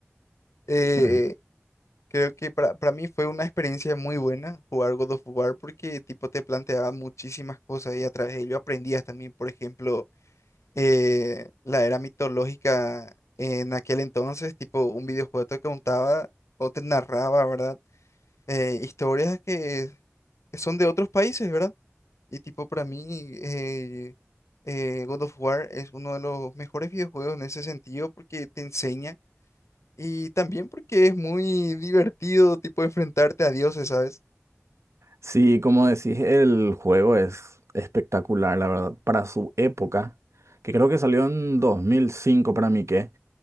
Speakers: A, on the left; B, on the right.
A: Eh,
B: <laughs>
A: Creo que para, para mí fue una experiencia muy buena jugar God of War porque tipo te planteaba muchísimas cosas y a través de ello aprendías también, por ejemplo, eh, la era mitológica en aquel entonces, tipo un videojuego te contaba o te narraba, ¿verdad? Eh, historias que, que son de otros países, ¿verdad? Y tipo para mí eh, eh, God of War es uno de los mejores videojuegos en ese sentido porque te enseña. Y también porque es muy divertido, tipo, enfrentarte a dioses, ¿sabes?
B: Sí, como decís, el juego es espectacular, la verdad, para su época, que creo que salió en 2005 para mí que,